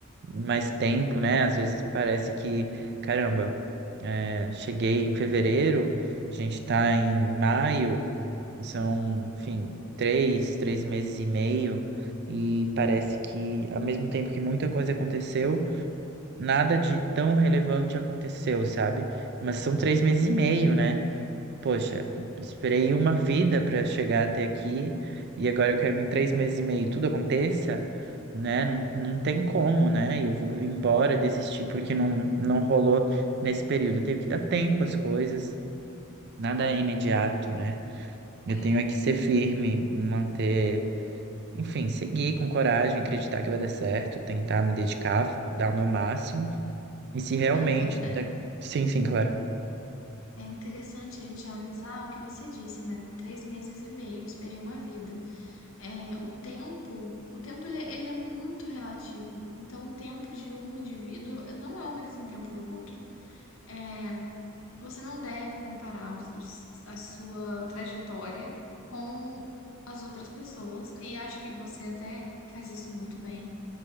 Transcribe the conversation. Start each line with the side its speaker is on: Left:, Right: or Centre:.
Right: mais tempo, né? Às vezes parece que, caramba, é, cheguei em fevereiro, a gente está em maio. São, enfim, três, três meses e meio, e parece que, ao mesmo tempo que muita coisa aconteceu, nada de tão relevante aconteceu, sabe? Mas são três meses e meio, né? Poxa, esperei uma vida para chegar até aqui, e agora eu quero que em três meses e meio tudo aconteça, né? Não, não tem como, né? E Eu vou embora, desistir porque não, não rolou nesse período. Eu tenho que dar tempo às coisas, nada é imediato, né? Eu
Left: É,
Right: tenho é que ser firme,
Left: Lu-
Right: manter, enfim, seguir com coragem, acreditar que vai dar certo, tentar me dedicar, dar o meu máximo. E se realmente.
Left: Lucas, né,
Right: da- Sim, sim, claro.
Left: é interessante a gente analisar o que você disse, né? Três meses e meio, eu esperei uma vida. É, o tempo, o tempo ele, é, ele é muito relativo. Então, o tempo de um indivíduo não é o mesmo tempo do outro. É, Você não deve comparar os- os- a sua trajetória com as outras pessoas. E acho que você até faz isso muito bem.